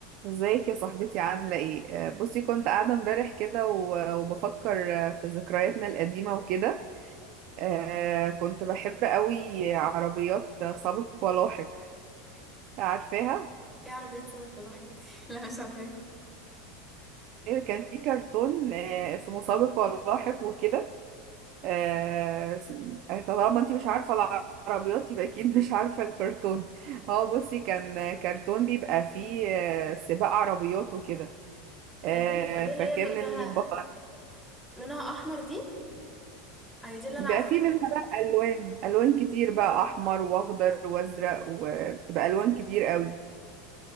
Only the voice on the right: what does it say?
ازيك يا صاحبتي عاملة ايه؟ آه، بصي كنت قاعدة امبارح كده و- وبفكر آه، في ذكرياتنا القديمة وكده آه، كنت بحب قوي عربيات سابق ولاحق عارفاها؟
إيه، كان في كرتون آه، اسمه سابق ولاحق وكده آه، س- آه، طالما انتي مش عارفة العربيات يبقى اكيد مش عارفة الكرتون اه بصي كان كرتون بيبقى فيه آه، سباق عربيات وكده آه،
فكان
البطل
بقى
في منها بقى الوان الوان كتير بقى احمر واخضر وازرق وبتبقى الوان كتير قوي